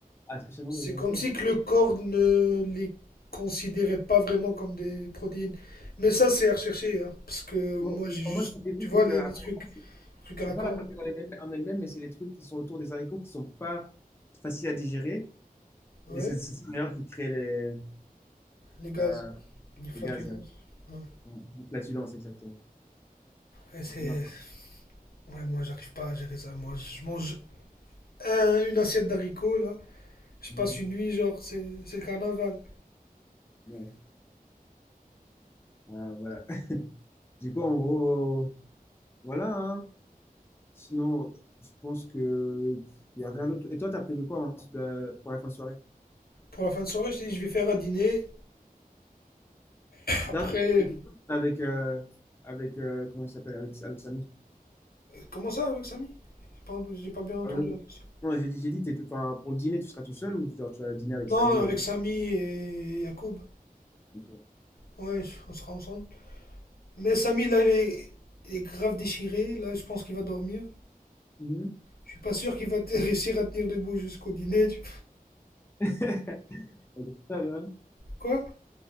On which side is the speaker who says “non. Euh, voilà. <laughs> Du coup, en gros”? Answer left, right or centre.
Left